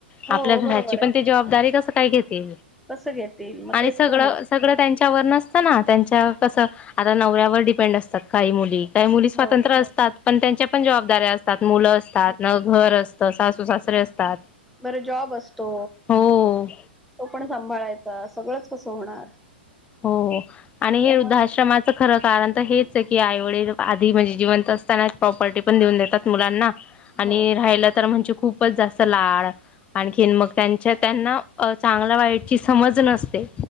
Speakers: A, in the centre; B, on the left (about 20°).
A: हो
B: आपल्या घराची
A: बरोबर
B: पण
A: आहे
B: ते जबाबदारी कस काय घेत ते
A: कसं घेतील मग
B: आणि
A: तेच
B: सगळ
A: तर म्हणते
B: सगळ त्यांच् त्यांच्यावर नसतं ना त्याच्या कस आता नवऱ्यावर डिपेंड असतात काही मुली काही मुली स्वतः
A: हो
B: असतात पण त्यांच्या पण जबाबदाऱ्या असतात. मुलं असतात.
A: हो
B: न घर असत सासू सासरे असतात.
A: बरं जॉब असतो.
B: हो
A: तो पण सांभाळायचा सगळंच कसं होणार?
B: हो आणि हे
A: त्यामुळे
B: वृद्धाश्रमाच खरं कारण, तर हेच आहे की आई, वडील आधी म्हणजे, जिवंत असतानाच प्रॉपर्टी पण देऊन देतात मुलांना. आणि
A: हो
B: राहिला तर म्हणजे, खूपच जास्त लाड आणखीन मग, त्यांच्या त्यांना चांगल्या वाईटची समज नसते.